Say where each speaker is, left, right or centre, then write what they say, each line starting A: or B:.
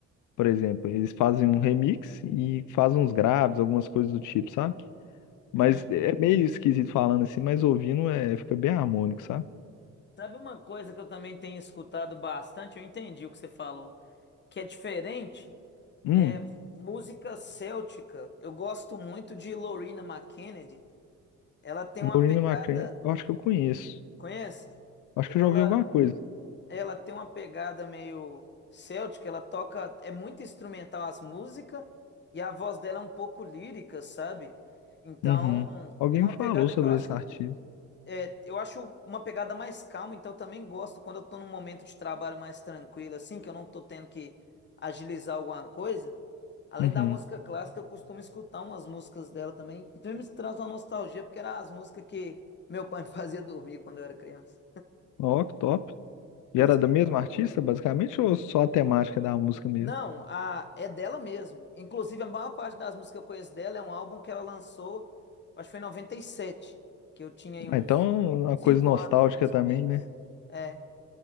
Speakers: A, on the left; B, on the left.
A: Por exemplo, eles fazem um remix e fazem uns graves, algumas coisas do tipo, sabe? Mas
B: hum.
A: é é meio esquisito falando assim, mas ouvindo é, fica bem harmônico, sabe?
B: Sabe uma coisa que eu também tenho escutado bastante? Eu entendi o que você falou, que é diferente.
A: Hum,
B: É música céltica. Eu gosto muito de Lorena McKennedy. Ela tem
A: Lorena
B: uma pegada,
A: McCrae, eu acho que eu conheço.
B: conhece?
A: Acho
B: Ela,
A: que eu já ouvi alguma coisa.
B: ela tem uma pegada meio céltica. Ela toca, é muito instrumental as músicas e a voz dela é um pouco lírica, sabe? Então,
A: Uhum. Alguém
B: é uma
A: me
B: pegada
A: falou sobre
B: que eu acho
A: esse artista.
B: É, eu acho uma pegada mais calma, então eu também gosto quando eu tô num momento de trabalho mais tranquilo, assim, que eu não tô tendo que agilizar alguma coisa. Além
A: Uhum.
B: da música clássica, eu costumo escutar umas músicas dela também. E também me traz uma nostalgia, porque eram as músicas que meu pai <laughs> me fazia dormir quando eu era criança.
A: Ó, que top. E
B: Por
A: era
B: isso
A: da
B: que.
A: mesma artista, basicamente, ou só a temática da música mesmo?
B: Não, a, é dela mesmo. Inclusive, a maior parte das músicas que eu conheço dela é um álbum que ela lançou, acho que foi em 97, que eu tinha aí uns
A: Ah, então, uma
B: 5
A: coisa nostálgica
B: anos, mais
A: também,
B: ou menos.
A: né?
B: É.